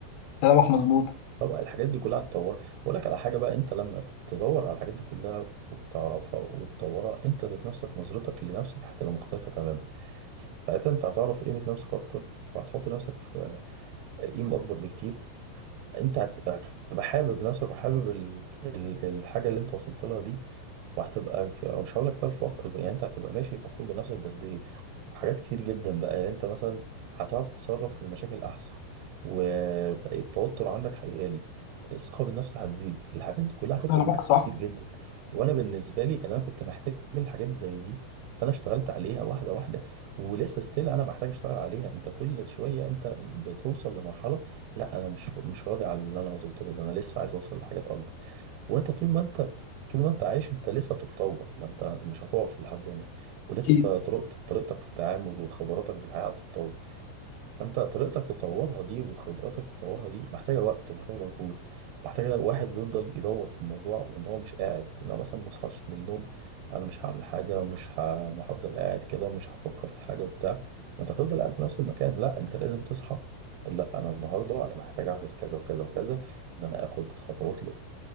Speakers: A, on the left; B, on the right.
A: كلامك مظبوط
B: طبعا الحاجات دي كلها هتطورها اقول لك على حاجه بقى انت لما تدور على الحاجات دي كلها وتعرفها وتطورها انت ذات نفسك نظرتك لنفسك هتبقى مختلفه تماما ساعتها انت هتعرف قيمه نفسك اكتر وهتحط نفسك في قيمه اكبر بكتير انت هتبقى هتبقى حابب نفسك وحابب ال... ال... الحاجه اللي انت وصلت لها دي وهتبقى ك- أو مش هقول لك بقى الفخر يعني انت هتبقى ماشي فخور بنفسك بقد ايه حاجات كتير جدا بقى يعني انت مثلا هتعرف تتصرف في المشاكل احسن والتوتر عندك هيقل الثقه بالنفس هتزيد الحاجات دي كلها هتفرق
A: كلامك
B: معاك
A: صح
B: كتير جدا وانا بالنسبه لي إن انا كنت محتاج الحاجات زي دي فانا اشتغلت عليها واحده واحده ولسه ستيل انا محتاج اشتغل عليها انت كل شويه انت بتوصل لمرحله لا انا مش مش راضي على اللي انا وصلت له ده انا لسه عايز اوصل لحاجات اكبر وانت طول ما انت طول ما انت عايش انت لسه بتتطور ما انت مش هتقف لحد هنا ولسه
A: اكيد
B: ط- طرق- طريقتك في التعامل وخبراتك في الحياة هتتطور فانت طريقتك تطورها دي وخبراتك تطورها دي محتاجة وقت ومحتاجة مجهود محتاجة واحد بيفضل يدور في الموضوع وان هو مش قاعد لو مثلا ما اصحاش من النوم انا مش هعمل حاجة ومش ه- ما هفضل قاعد كده ومش هفكر في حاجة وبتاع ما انت هتفضل قاعد في نفس المكان لا انت لازم تصحى لا انا النهارده انا محتاج اعمل كذا وكذا وكذا ان انا اخد خطوات